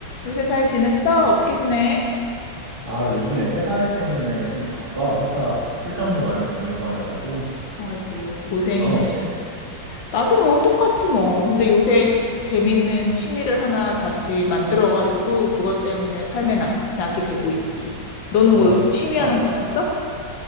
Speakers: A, on the left; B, on the right.
A: 요새 잘 지냈어? 어떻게 지내?
B: 아, 요즘에 회사 일 때문에 좀 바빠. 회사 출장도 많이 다니고 하느라고.
A: 아이고, 고생이네.
B: 너는 어때?
A: 나도 뭐 똑같지 뭐. 근데 요새 재밌는 취미를 하나 다시 만들어가지고 그것 때문에 삶에 낙, 낙이 되고 있지. 너는
B: 어,
A: 뭐 요새
B: 진짜.
A: 취미 하는 건 없어?